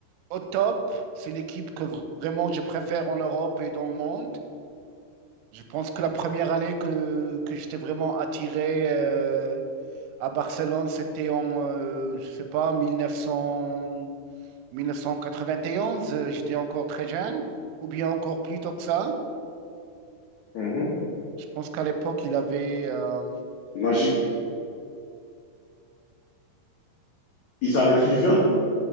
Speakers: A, on the right (about 80°); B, on the left (about 80°).
A: au top. C'est l'équipe que vraiment je préfère en Europe et dans le monde. Je pense que la première année que, que j'étais vraiment attiré euh, à Barcelone, c'était en, euh, je sais pas, 1900, 1991. euh, J'étais encore très jeune, ou bien encore plus tôt que ça.
B: Mhm.
A: Je pense qu'à l'époque, il avait, euh,
B: Magic, il savait que Kluivert,